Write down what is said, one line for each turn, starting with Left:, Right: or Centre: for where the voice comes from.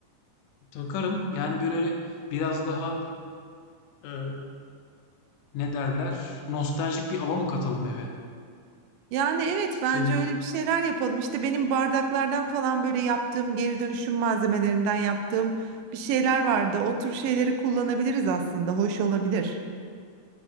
Left: Takarım. Yani böyle biraz daha e, ne derler? Nostaljik bir hava mı katalım eve?
Right: Yani evet
Left: Senin
Right: bence öyle bir şeyler yapalım. İşte benim bardaklardan falan böyle yaptığım geri dönüşüm malzemelerinden yaptığım bir şeyler vardı. O tür şeyleri kullanabiliriz aslında. Hoş olabilir.